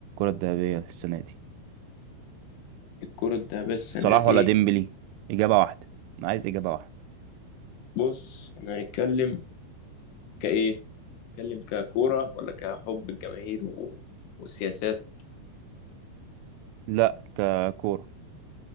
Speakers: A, on the right; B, on the left.
A: الذهبية السنة دي
B: الكرة الذهبية السنة
A: صلاح
B: دي
A: ولا ديمبلي إجابة واحدة انا عايز إجابة واحدة
B: بص إحنا هنتكلم كإيه؟ نتكلم ككورة ولا كحب الجماهير و... والسياسات
A: لا ككورة